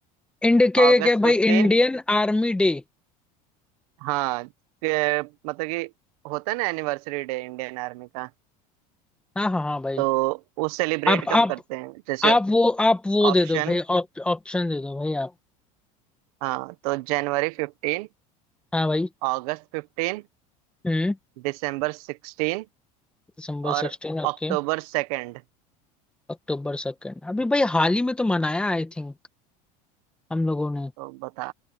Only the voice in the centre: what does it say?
इंड क्या
क्या क्या भाई
इंडियन आर्मी डे
हाँ हाँ हाँ भाई
आप
आप
आप वो आप वो
दे दो भाई ऑप्शन दे दो भाई आप
हाँ भाई
हम्म
December
sixteen okay
October second अभी भाई हाल ही में तो मनाया आई थिंक हम लोगों ने